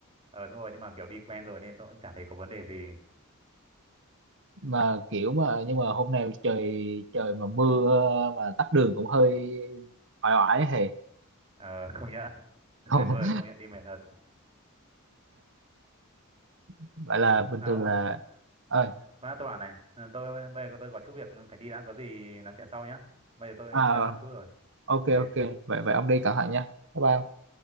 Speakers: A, on the right; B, on the right.
A: ờ đúng rồi nhưng mà kiểu đi quen rồi nên tôi cũng chả thấy có vấn đề gì.
B: mà kiểu mà nhưng mà hôm nay trời trời mà mưa mà tắc đường cũng hơi oải oải hề
A: Ờ <laughs> công nhận
B: không
A: trời mưa công nhận đi mệt thật.
B: <laughs> vậy là bình
A: À
B: thường
A: ông
B: là
A: ơi,
B: ơi
A: khoan đã, tôi bảo này, ờ, tôi bây giờ tôi có chút việc phải đi đã có gì nói chuyện sau nhá. Bây giờ tôi
B: à,
A: đang bận chút rồi.
B: ok
A: Ok,
B: ok vậy vậy ông đi cẩn thận nha bye bye ông.